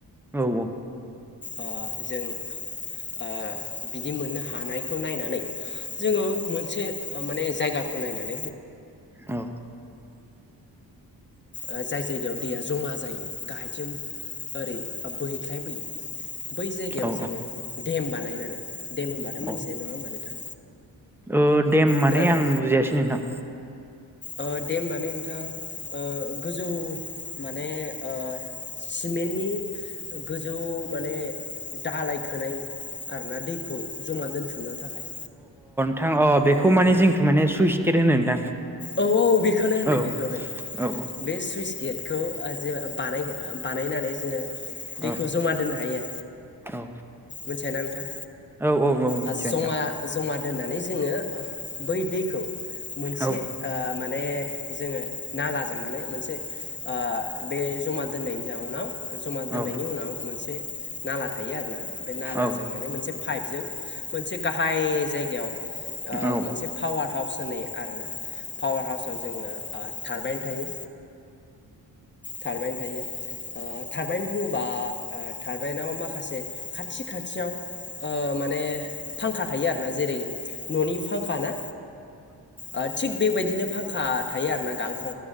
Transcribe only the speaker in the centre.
औ औ
औ
औ
औ
ओ देम माने
आं बुजिायासै नोंथां
थां अ बेखौ माने जोंखै माने सुइस गेट होनो नोंथां
औ
औ
औ
औ
औ औ औ मिथिबाय
नोंथां
औ
औ
औ
औ